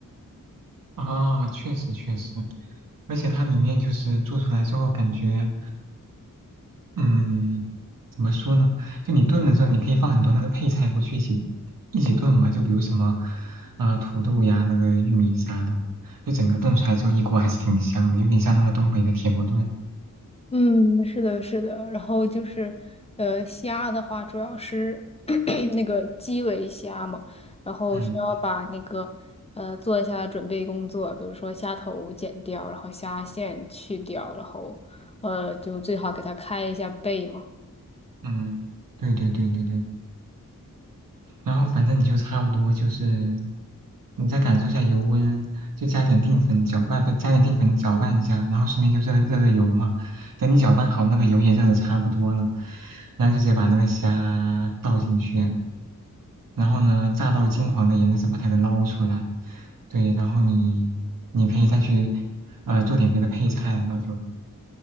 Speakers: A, on the right; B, on the left.
A: 啊，确实确实，而且它里面就是做出来之后感觉。嗯，怎么说呢？就你炖的时候，你可以放很多那个配菜过去一起一起炖嘛，就比如什么啊、呃土豆呀、那个玉米啥的，就整个炖出来之后一锅还是挺香的，有点像那个东北的铁锅炖。
B: 嗯，是的，是的。然后就是，呃，虾的话，主要是 <clears throat> 那个基围虾嘛，然后需要把那个呃做一下准备工作，
A: 嗯
B: 比如说虾头剪掉，然后虾线去掉，然后呃就最好给它开一下背嘛。
A: 嗯，对对对对对。然后反正你就差不多就是你再感受一下油温，就加点淀粉搅拌，不加点淀粉搅拌一下，然后顺便就热热热油嘛。等你搅拌好，那个油也热的差不多了，然后就直接把那个虾倒进去。然后呢，炸到金黄的颜色再把它给捞出来。对，然后你你可以再去呃做点别的配菜，那就